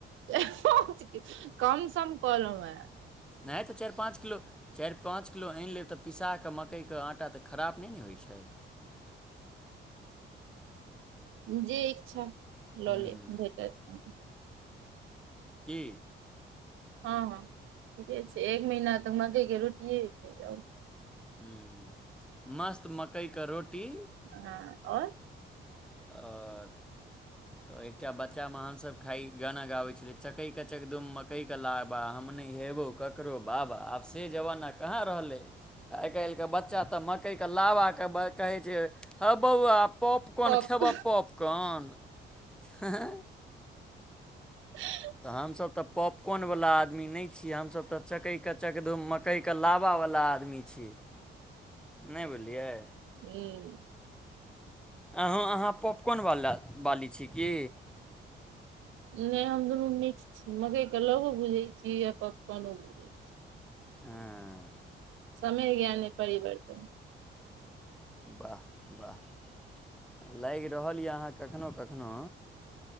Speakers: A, on the right; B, in the centre.
A: <unintelligible> कम सम कलहुँ हें
B: नहि तऽ चाईर पाँच किलो चारि पाँच किलो आनि लेब तऽ पिसा कऽ मकइ कऽ आटा तऽ खराब नय ने होइ छै।
A: जे ईक्षा लऽ
B: ह्म
A: लेब भेटत
B: की
A: हँ हँ ठीके छै एक महीना तऽ मकयके रोटिये खेबै और की
B: हुं मस्त मकयक रोटी
A: हँ आओर
B: आओर तऽ एकटा बच्चा में अहाँ सभ खाइ गाना गाबै छलै चकय के चकधुम मकई के लाबा हम नय हेबउ ककरो बाबा आब से जबाना कहाँ रहलय आय कैल के बच्चा तऽ मकइके लावा के कहै छै ह बौआ पॉप
A: पप
B: खेबऽ पॉपकॉन हँ ऽऽऽ
A: <inaudible>
B: तऽ हमसभ तऽ पॉपकाॅन वला आदमी नय छी हमसभ तऽ चकै के चक धूम मक य क लावा वला आदमी छि नय बुझलीयै
A: हूं
B: अहाँ अहाँ पॉपकॉन वाला बाली छी की
A: नय हम दुनू मिक्स छी मकइके लवो भुझै छी आ पॉपकोनो बुझै
B: ऐं
A: समय ज्ञाने परिवर्तन
B: वाह वाह लागि रहल य अहाँ कखनो कखनो